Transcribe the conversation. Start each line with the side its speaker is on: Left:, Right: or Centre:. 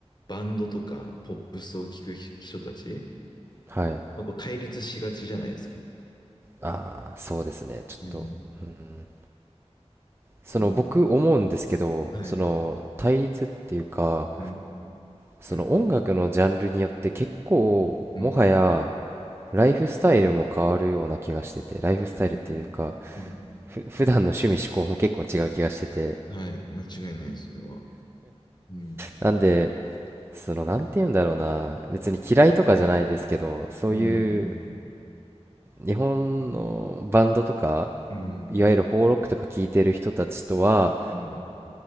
Left: バンドとかポップスを聴く人たち、
Right: はい。
Left: まあ、こう対立しがちじゃないですか。
Right: ああ、そうですね。ちょっと。
Left: うん。
Right: うん。その僕思うんですけど、
Left: こう、はい。
Right: その対立っていうか、
Left: うん。
Right: その音楽のジャンルによって結構もはや
Left: うん。うん。
Right: ライフスタイルも変わるような気がしてて、ライフスタイルっていうか、
Left: うん。うん。
Right: ふ普段の趣味嗜好も結構違う気がしてて
Left: はい。間違いない、それは。うん。
Right: なんでそのなんて言うんだろうな別に嫌いとかじゃないですけどそういう
Left: うん。
Right: 日本のバンドとか
Left: うん。
Right: いわゆる邦ロックとか聴いてる人たちとは
Left: うん。